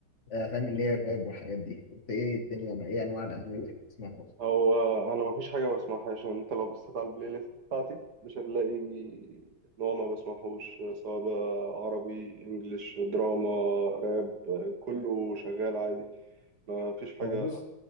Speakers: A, on the left; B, on the right.
A: آه، اغاني اللي هي الراب والحاجات دي انت ايه الدنيا ما- ايه انواع الاغاني اللي بتحب تسمعها
B: هو آه، انا مفيش حاجه ما بسمعهاش يعني انت لو بصيت على البلاي ليست بتاعتي مش هتلاقي نوع ما بسمعهوش سواء بقى عربي انجليش دراما راب آه، كله شغال عادي مفيش حاجه
A: آه، بص